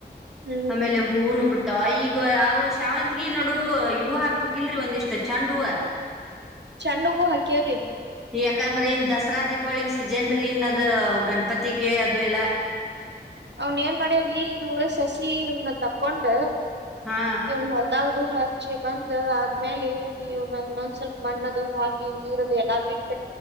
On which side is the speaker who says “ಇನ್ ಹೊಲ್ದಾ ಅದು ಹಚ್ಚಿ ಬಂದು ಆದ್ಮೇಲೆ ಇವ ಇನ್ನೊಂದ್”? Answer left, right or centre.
Right